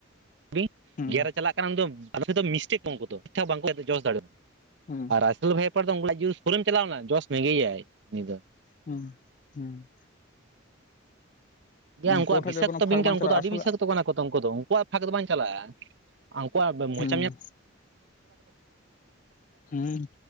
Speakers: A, on the right (about 60°); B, on the left (about 40°).
A: ᱜᱤ
B: ᱦᱩᱸ
A: ᱜᱮ ᱟᱨᱮ ᱪᱟᱞᱟᱜ ᱠᱟᱱᱟ ᱩᱱ ᱫᱚ ᱟᱞᱮᱥᱮᱫ ᱫᱚ ᱢᱤᱥᱴᱮᱠ ᱠᱚ ᱩᱱᱠᱩ ᱫᱚ ᱮᱷᱟ <unintelligible> ᱵᱟᱝᱠᱚ ᱡᱚᱥ ᱫᱟᱲᱮᱭᱟᱜ
B: ᱦᱩᱸ
A: ᱟᱨᱟᱭᱥᱮᱞ ᱵᱷᱮᱯᱟᱨ ᱫᱚ ᱩᱱᱠᱩᱣᱟᱜ ᱡᱩᱥ ᱯᱚᱨᱮᱢ ᱪᱟᱞᱟᱣ ᱱᱟᱭ ᱡᱚᱥ ᱢᱮ ᱜᱮᱭᱟᱭ ᱩᱱᱤ ᱫᱚ
B: ᱦᱩᱸ ᱦᱩᱸ
A: ᱜᱮᱭᱟ
B: ᱩᱱᱠᱩ
A: ᱩᱱᱠᱩᱣᱟᱜ
B: ᱴᱷᱮᱡ
A: ᱵᱤᱥᱟᱠᱛᱚ
B: ᱫᱚ ᱠᱳᱱᱳ
A: ᱵᱤᱧ
B: ᱯᱷᱟᱸᱠ
A: ᱠᱟᱱᱟ
B: ᱵᱟᱝ
A: ᱩᱱᱠᱩ
B: ᱪᱟᱞᱟᱜᱼᱟ
A: ᱫᱚ ᱟᱹᱰᱤ
B: ᱟᱥᱚᱞᱮ
A: ᱵᱤᱥᱟᱠᱛᱚ ᱠᱟᱱᱟ ᱠᱚ ᱛᱚ ᱩᱱᱠᱩ ᱫᱚ ᱩᱱᱠᱩᱣᱟᱜ ᱯᱷᱟᱸᱠ ᱫᱚ ᱵᱟᱝ ᱪᱟᱞᱟᱜᱼᱟ᱾ ᱟᱸ ᱩᱝᱠᱩᱣᱟᱜ ᱵᱮ ᱢᱚᱪᱟᱢ
B: ᱦᱩᱸ
A: ᱧᱮᱞ
B: ᱦᱩᱸ